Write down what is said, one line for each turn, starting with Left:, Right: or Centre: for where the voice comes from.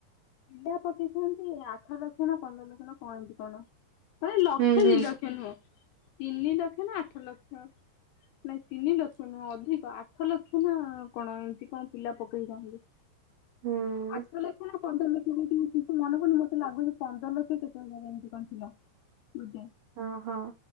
Left: ପିଲା ପକେଇଛନ୍ତି ଆଠ ଲକ୍ଷ ନା ପନ୍ଦର ଲକ୍ଷ ନ କଣତି କଣ? ପୂରେ ଲକ୍ଷ
Right: ହୁଁ ହୁଁ
Left: ଦି ଲକ୍ଷ ନୁହଁ ତିନି ଲକ୍ଷ ନା ଆଠ ଲକ୍ଷ। ନାଇଁ ତିନିିଲକ୍ଷ ନୁହଁ ଅଧିକ ଆଠ ଲକ୍ଷ ନା କଣ ଏମିତି କଣ ପିଲା ପକେଇଚନ୍ତି।
Right: ହୁଁ।
Left: ଆଠ ଲକ୍ଷ୍ୟ ନା ପନ୍ଦର ଲକ୍ଷ କଣ କିନ୍ତୁ ମନେ ପୁଡୁନି ମୋତେ ଲାଗୁଛି ପନ୍ଦର ଲକ୍ଷ କେତୋ ହଜାରେ ଏମିତି କଣ ଥିଲା। ବୁଝେ
Right: ହଁ ହଁ।